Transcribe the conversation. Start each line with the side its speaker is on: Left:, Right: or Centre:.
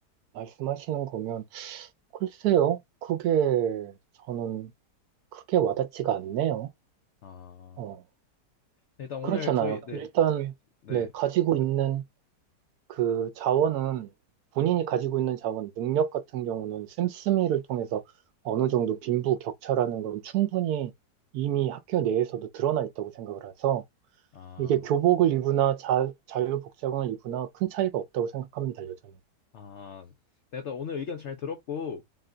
Right: 말씀하시는 거면, 글쎄요. 그게 저는 크게 와닿지가 않네요.
Left: 아,
Right: 어,
Left: 네, 일단 오늘
Right: 그렇잖아요.
Left: 저희 네,
Right: 일단,
Left: 네,
Right: 네. 가지고 있는 그 자원은, 본인이 가지고 있는 자원, 능력 같은 경우는 씀씀이를 통해서 어느 정도 빈부 격차라는 건 충분히 이미 학교 내에서도 드러나 있다고 생각을 해서,
Left: 아,
Right: 이게 교복을 입으나 자, 자유복장을 입으나 큰 차이가 없다고 생각합니다, 여전히.
Left: 아, 네, 일단 오늘 의견 잘 들었고